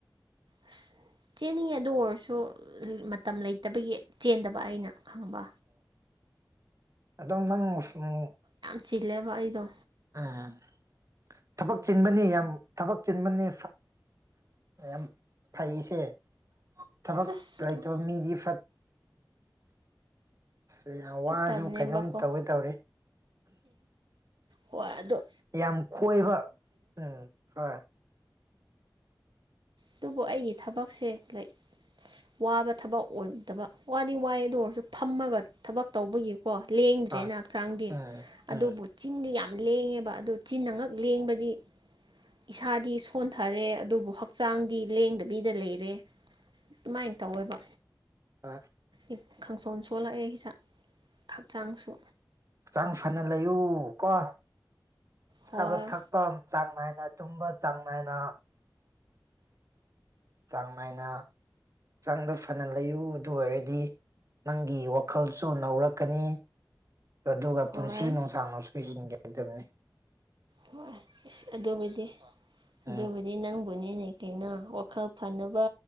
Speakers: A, on the right (about 80°); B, on the right (about 45°).
A: ꯑꯁ ꯆꯦꯟꯅꯤꯡꯉꯦ ꯑꯗꯨ ꯑꯣꯏꯔꯁꯨ ꯃꯇꯝ ꯂꯩꯇꯕꯒꯤ ꯆꯦꯟꯗꯕ ꯑꯩꯅ ꯈꯪꯕ
B: ꯑꯦꯣ ꯅꯪꯉꯃꯣ ꯁꯅꯨ
A: ꯆꯤꯂꯕ ꯑꯩꯗꯣ
B: ꯎꯝ ꯊꯕꯛ ꯆꯤꯟꯕꯅꯤ ꯌꯥꯝ ꯊꯕꯛ ꯆꯤꯟꯕꯅꯤ ꯌꯥꯝ ꯐꯩꯁꯦ ꯊꯕꯛ
A: ꯑꯁ
B: ꯂꯩꯇꯕ ꯃꯤꯗꯤ ꯐꯠ ꯑ ꯌꯥꯝ
A: ꯐꯠꯇꯕꯅꯦꯕꯀꯣ
B: ꯋꯥꯁꯨ ꯀꯩꯅꯣꯝ ꯇꯧꯋꯤ ꯇꯧꯔꯤ
A: ꯍ ꯑꯗꯨꯗꯣ
B: ꯌꯥꯝ ꯀꯣꯏꯕ ꯎꯝ ꯍꯣꯏ
A: ꯑꯗꯨꯕꯨ ꯑꯩꯒꯤ ꯊꯕꯛꯁꯦ ꯂꯩ ꯋꯥꯕ ꯊꯕꯛ ꯑꯣꯏꯗꯕ ꯋꯥꯗꯤ ꯋꯥꯏꯑ ꯑꯗꯨ ꯑꯣꯏꯔꯁꯨ ꯐꯝꯃꯒ ꯊꯕꯛ ꯇꯧꯕꯒꯤ ꯀꯣ ꯂꯦꯡꯗ꯭ꯔꯦꯅ
B: ꯍꯣꯏ
A: ꯍꯛꯆꯥꯡꯗꯤ
B: ꯎꯝ
A: ꯑꯗꯨꯕꯨ
B: ꯎꯝ
A: ꯆꯤꯡꯗꯤ ꯌꯥꯝ ꯂꯦꯡꯉꯦꯕ ꯑꯗꯨ ꯆꯤꯟꯅ ꯉꯛ ꯂꯦꯡꯕꯗꯤ ꯏꯁꯥꯗꯤ ꯁꯣꯟꯊꯔꯦ ꯑꯗꯨꯕꯨ ꯍꯛ ꯍꯛꯆꯥꯡꯗꯤ ꯂꯦꯡꯗꯕꯤꯗ ꯂꯩꯔꯦ ꯑꯗꯨꯃꯥꯏꯅ ꯇꯧꯋꯦꯕ
B: ꯑ
A: ꯈ ꯀꯥꯡꯁꯣꯟ ꯁꯣꯛꯜꯂꯛꯑꯦ ꯍꯖꯥꯛ ꯍꯛꯆꯥꯡꯁꯨ
B: ꯍꯛꯆꯥꯡ ꯐꯅ ꯂꯩꯌꯨ ꯀꯣ ꯆꯥꯕ
A: ꯍꯣꯏ
B: ꯊꯛꯄ ꯆꯥꯡ ꯅꯥꯏꯅ ꯇꯨꯝꯕ ꯆꯥꯡ ꯅꯥꯏꯅ ꯆꯥꯡ ꯅꯥꯏꯅ ꯍꯛꯆꯥꯡꯗ ꯐꯅ ꯂꯩꯌꯨ ꯑꯗꯨ ꯑꯣꯏꯔꯗꯤ ꯅꯪꯒꯤ ꯋꯥꯈꯜꯁꯨ ꯅꯧꯔꯛꯀꯅꯤ ꯑꯗꯨꯒ
A: ꯍꯣꯏ
B: ꯄꯨꯟꯁꯤ ꯅꯨꯡꯁꯥꯡꯅꯁꯨ ꯄꯤꯁꯤꯟꯒꯗꯕꯅꯤ
A: ꯍꯣꯏ ꯑꯁ ꯑꯗꯨꯕꯨꯗꯤ ꯑꯗꯨꯕꯨꯗꯤ
B: ꯎꯝ
A: ꯅꯪꯕꯨꯅꯦꯅꯦ ꯀꯩꯅꯣ ꯋꯥꯈꯜ ꯐꯅꯕ